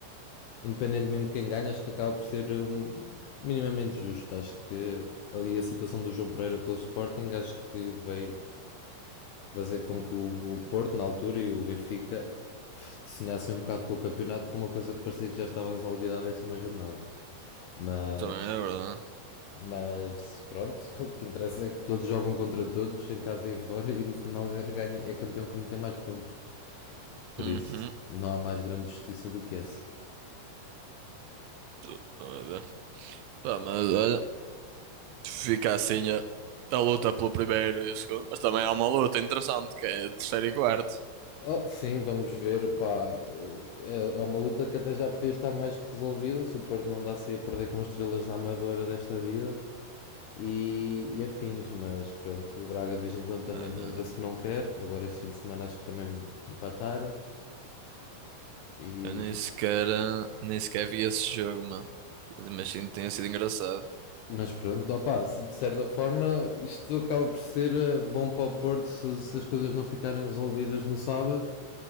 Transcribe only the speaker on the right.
Também é verdade.
Uhum.
Tô a ver. Pá, mas olha, fica assim a, a luta pelo primeiro e o segundo, mas também há uma luta interessante que é terceiro e quarto.
Ah,
eu nem sequer, ah, nem sequer vi esse jogo, mano. Mas imagino que tenha sido engraçado.